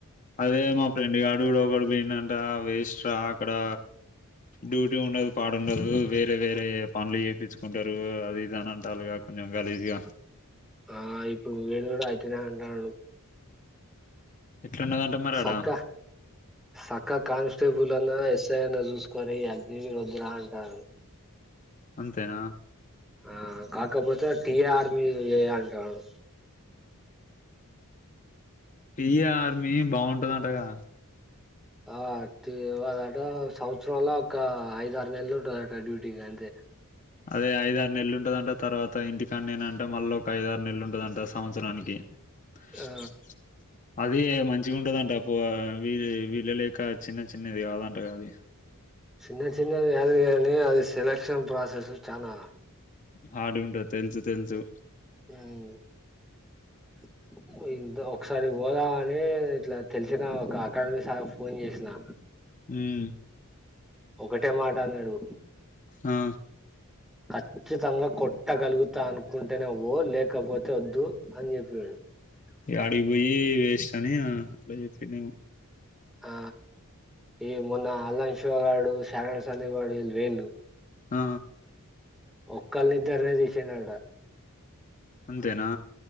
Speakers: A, on the left; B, in the centre.
A: అదే మా ఫ్రెండ్ గాడు కూడా ఒకడు పోయిండంటా. వేస్ట్ రా అక్కడా. డ్యూటీ ఉండదు, పాడ ఉండదు, వేరే వేరే పనులు చెప్పించుకుంటారు. అది ఇది అంటాన్లుగా కొంచెం వాల్యూ థి!
B: ఆహ్! ఇప్పుడు వీడు కూడా, అయితునై అంటాడు.
A: ఎట్లా ఉందంట, మరి ఆడా.
B: సక్క సక్క కానిస్టేబుల్ అన్నా, యెస్ఐ అన్నా, చూస్కోరే ఈ అగ్నివీర్ వోడురా అంటాన్లు.
A: అంతేనా!
B: ఆ. కాకపోతే! టీ ఆర్మీ మీద చేయంటాడు.
A: Tea army, బాగుంటదంటగా?
B: ఆ. టీ! వాళ్ళు అట, సంవత్సరంలో ఒక ఐదు, ఆరు నెలలు ఉంటదంట, డ్యూటీ గంతే.
A: అదే! ఐదారు నెలలు ఉంటందంట, తర్వాత ఇంటికాడ్నే నంతా. మళ్ళ ఒక! ఐదు, ఆరు నెలలు ఉంటదంట. తా సంవత్సరానికి <unintelligible>
B: ఆ
A: అదీ, మంచిగా ఉంటదంట. పో ఆ వీల వీళ్ళ లెక్క చిన్న- చిన్నది కాదంటగా, అది.
B: చిన్న-చిన్నది కాదు? కానీ, అది సెలక్షన్ ప్రాసెస్ చానా.
A: హార్డ్‌గా! ఉంటది, తెలుసు-తెలుసు.
B: మ్మ్ <unintelligible> ఒకసారి పోదాం అనే, ఇట్ల తెలిసిన, ఒక అకాడమీ సార్‌క ఫోన్ జేశినా.
A: హ్మ్మ్.
B: ఒకటే! మాట అన్నాడు.
A: హా.
B: ఖచ్చితంగా! కొట్టగలుగుతా అనుకుంటేనే వో, లేకపోతే. అయితే! వొద్దు అని జెప్ప్. వెయ్ <unintelligible>
A: అడికిపోయి వేస్ట్ అని, అట్లా చెప్పిండేమో.
B: ఆ ఈ మొన్న అల్లం శివగాడు, శరణ్, సందీప్ గాడు ఇల్ వెయ్యిళ్లి.
A: ఆ
B: ఒకలేదరనే తీషిండ ఆట.
A: అంతేనా.